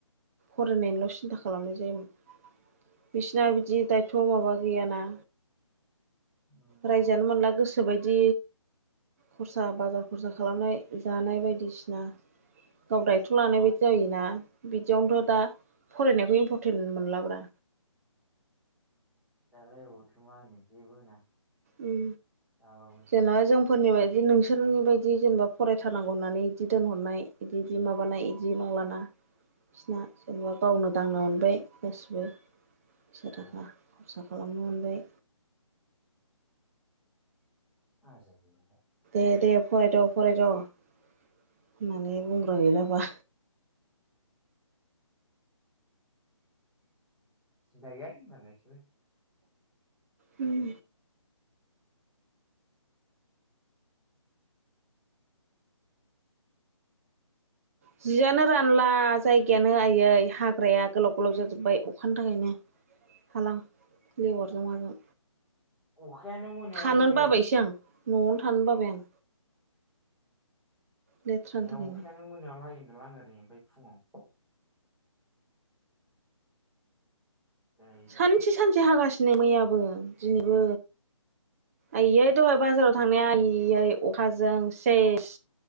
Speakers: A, on the right (about 30°); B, in the centre.
A: फरायनायनिल' सिन्था खालामनाय जायोमोन बिसिना बिदि दायथ' माबा गैयाना‌।
B: उम
A: रायजानो मोनला गोसो बायदि खरसा बाजार खरसा खालामनाय जानाय बायदिसिना। गाव दायथ'
B: दाबा
A: लानाय बायदि जायोना। बिदियावनोथ' दा फरायनायखौ इम्परटेन्ट मोनलाब्रा।
B: दालाय अबावथो मा होनो जेबो होना।
A: उम
B: दाबाबो
A: जेनबा जों फोरनि बायदि नोंसोरनि बायदि जेनेबा फरायथारनांगौ होननानै बिदि दोनहरनाय इदि दि माबानाय इ दि नंलाना बिसिना जेनेबा गावनो दांनो मोनबाय गासिबो। से
B: औ
A: थाखा। सा खालामनो मोनबाय।
B: आजादि मोनबाय।
A: दे दे फरायद' फरायद' होननानै बुंग्रा गैला बा।
B: सिनता गैयालै मालाय बिसोरो।
A: उम। जियानो रानला जायगायानो आयै हाग्राया गोलाव गोलाव जाजोबबाय अखानि थाखायनो हालां लेवारजों माजों।
B: अखायानो मोनायावल'
A: थानोनो
B: हायो
A: बाबायसो
B: ओरै।
A: आं न'आवनो थानो बाबाय आं। लेथ्रानि
B: ए
A: थाखायनो
B: अखायानो मोनायावल' हायो। <unintelligible> ओरैनिफाय फुंआव। दैलिग
A: सानसे सानसे हागासि नै मैयाबो दिनैबो आइयै दहाय बाजाराव थांनाया आइयै अखाजों सेस